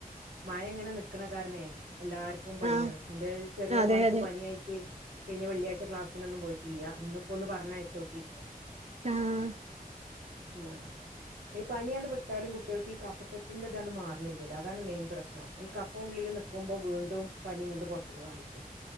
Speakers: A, on the right; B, on the right.
A: മഴ ങ്ങനെ നിക്കണ കാരണെ എല്ലാർ ക്കും പനിയാണ്
B: ആഹ്
A: ന്റെ ചെറിയ
B: അതെ
A: മോൻക്ക്
B: അതെ
A: പനിയായി ട്ട് കഴിഞ്ഞ വെള്ളിയാഴ്ച ക്ലാസിനൊന്നും പോയിട്ടില്ല ഇന്ന ഇപ്പോ ഒന്ന് പറഞ്ഞയച്ചോക്കി
B: ആഹ്‌
A: ആ ഈ പനിയാണ് വിട്ടാലും കുട്ടികൾക്ക് ഈ കഫക്കെട്ടിന്റെ ട്ടാണ് ണ്ട് മാറണില്യല്ലോ അതാണ് മെയിൻ പ്രശ്നം ഈ കഫം ഉള്ളിൽ നിക്കുമ്പോ വീണ്ടും പനി ങ്ങണ്ട് പുറത്തേക്ക് കാണിക്കാ